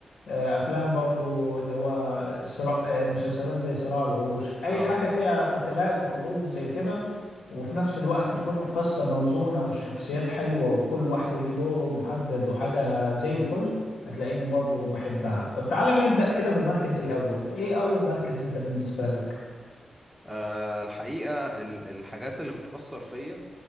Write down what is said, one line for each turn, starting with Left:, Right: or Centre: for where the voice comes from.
Left: افلام برضو اللي هو صراع آه، مسلسلات زي صراع العروش اي
Centre: اه
Left: حاجة فيها قتالات وحروب وزي كده وفي نفس الوقت تكون القصة موزونة والشخصيات حلوة وكل واحد ليه دوره محدد وحاجة زي الفل هتلاقيني برضه بحبها طب تعالى نبدأ كده بالمركز الأول إيه أول مركز أنت بالنسبة لك؟
Centre: آه، الحقيقة ال- الحاجات اللي بتأثر فيا